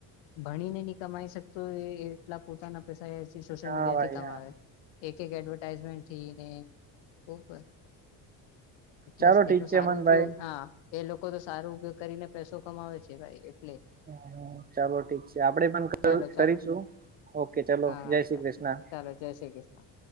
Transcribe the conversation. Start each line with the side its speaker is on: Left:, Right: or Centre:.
Left: ભણીને નહીં કમાઈ શકતો એ એટલા પોતાના પ એ સોશિલ
Right: હા
Left: મીડિયાથી
Right: ભાઈ
Left: કમાવે.
Right: હા
Left: એક એક એડવર્ટાઈઝમેન્ટ થઈને, બરાબર. એટલે
Right: ચાલો ઠીક
Left: એનો
Right: છે
Left: સારું
Right: મનભાઈ
Left: ઉપયોગ, હા, એ લોકો તો સારું ઉપયોગ કરીને. પૈસો કમાવે છે, ભાઈ, એટલે.
Right: હ, ચાલો, ઠીક છે, આપડે પણ
Left: ચાલો ચાલો
Right: કરીશું. ઓકે, ચલો,
Left: હા
Right: જય શ્રી
Left: ચાલો
Right: કૃષ્ણ.
Left: ચાલો જય શ્રી કૃષ્ણ.